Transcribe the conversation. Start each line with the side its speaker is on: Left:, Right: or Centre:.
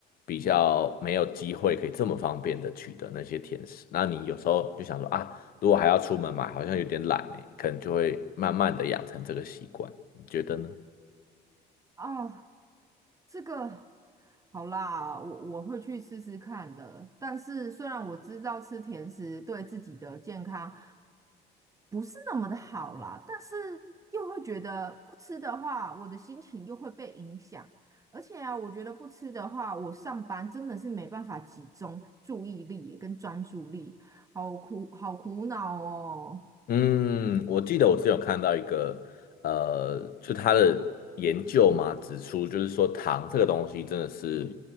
Left: 比较没有机会可以这么方便的取得那些甜食。那你有时候就想说啊，如果还要出门买，好像有点懒欸，可能就会慢慢的养成这个习惯，你觉得呢？
Right: 哦。这个好啦，我我会去试试看的。但是虽然我知道吃甜食对自己的健康不是那么的好啦，但是又会觉得不吃的话，我的心情又会被影响。而且啊，我觉得不吃的话，我上班真的是没办法集中注意力跟专注力，好苦好苦恼哦。
Left: 嗯，我记得我是有看到一个，呃，就他的研究嘛，指出就是说糖这个东西真的是